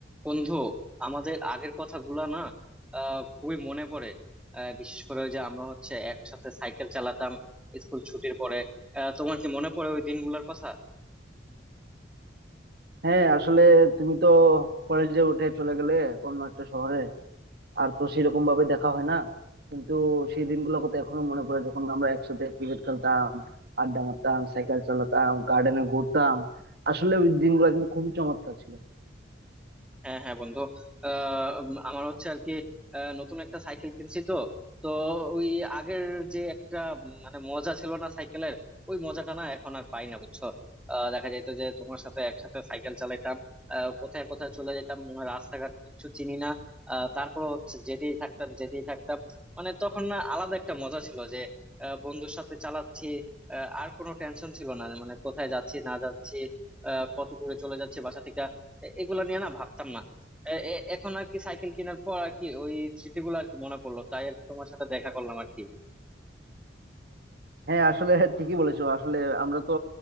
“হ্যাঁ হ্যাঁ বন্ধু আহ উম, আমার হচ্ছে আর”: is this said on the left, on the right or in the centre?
Centre